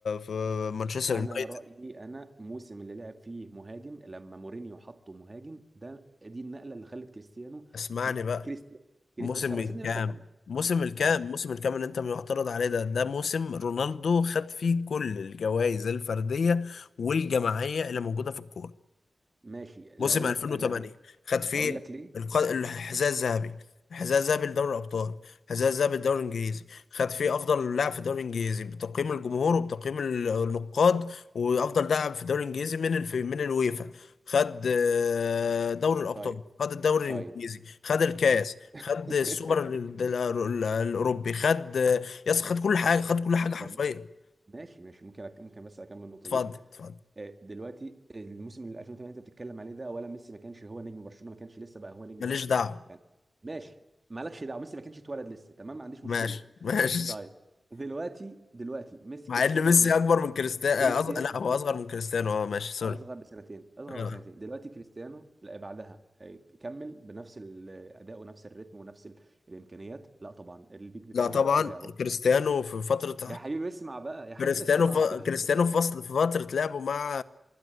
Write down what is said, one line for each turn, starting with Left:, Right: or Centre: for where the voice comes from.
Left: في مانشستر
Right: انا
Left: يونايتد
Right: رايي انا الموسم اللي لعب فيه مهاجم لما مورينيو حطه مهاجم ده دي النقله اللي خلت كريستيانو
Left: اسمعني بقى
Right: كريستيانو كريستيانو
Left: موسم
Right: طب
Left: الكام
Right: سيبني بس اكمل
Left: موسم الكام
Right: اه
Left: موسم الكام اللي انت معترض عليه ده ده موسم رونالدو خد فيه كل الجوائز الفردية والجماعية اللي موجودة في الكورة
Right: ماشي اللي
Left: موسم
Right: اقول
Left: 2008
Right: لك انا ليه
Left: خد فيه
Right: هقول لك ليه
Left: الق- الحذاء الذهبي الحذاء الذهبي لدوري الابطال الحذاء الذهبي للدوري الانجليزي خد فيه افضل لاعب في الدوري الانجليزي بتقييم الجمهور وبتقييم ال- النقاد وافضل لاعب في الدوري الانجليزي من الف... من الويفا خد آه، دوري الابطال
Right: طيب
Left: خد الدوري
Right: طيب
Left: الانجليزي خد الكاس
Right: طب <laughs>
Left: خد السوبر ال- ال- ال- الاوروبي خد آه، يس خد كل حاجه خد كل حاجه حرفيا
Right: طب ماشي ماشي ممكن أك... ممكن بس اكمل النقطه
Left: اتفضل
Right: دي
Left: اتفضل
Right: آه، دلوقتي الموسم اللي 2008 انت بتتكلم عليه ده ولا ميسي ما كانش هو نجم برشلونه ما كانش لسه بقى هو نجم
Left: ماليش
Right: برشلونه
Left: دعوه
Right: يعني ماشي مالكش دعوه ميسي ما كانش اتولد لسه تمام ما عنديش
Left: ماشي
Right: مشكله
Left: ماشي
Right: طيب دلوقتي دلوقتي ميسي
Left: مع
Right: كريستيانو
Left: ان ميسي
Right: رونالدو
Left: اكبر من كريستيانو
Right: كريستيان
Left: أصغر... لا هو
Right: ك-
Left: اصغر من كريستيانو اه ماشي سوري
Right: اصغر بسنتين اصغر
Left: آه.
Right: بسنتين دلوقتي كريستيانو لا بعدها آه، كمل بنفس الاداء ونفس الريتم ونفس ال- الامكانيات لا طبعا البيك بتاعه
Left: لا
Right: وقع
Left: طبعا
Right: وقع
Left: كريستيانو في فترة
Right: يا حبيبي اسمع بقى يا حبيبي
Left: كريستيانو
Right: اسمع
Left: ف...
Right: <laughs>
Left: كريستيانو في فصل في فترة لعبه مع